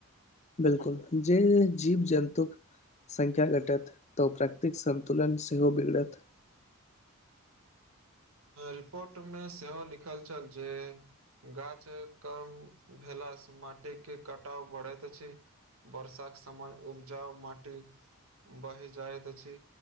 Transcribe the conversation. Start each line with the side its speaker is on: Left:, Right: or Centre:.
Left: बिलकुल जे जीव जन्तुक संख्या घटत त ओ प्राकतिक संन्तुलन सेहो बिगड़त।
Right: रिपोर्ट मे सेहो लिखल छल जे गाछ कम भेला सं माटी के कटाव बढ़ैत अछी। वर्षाक समय उपजा माटी बढी जाइत अछी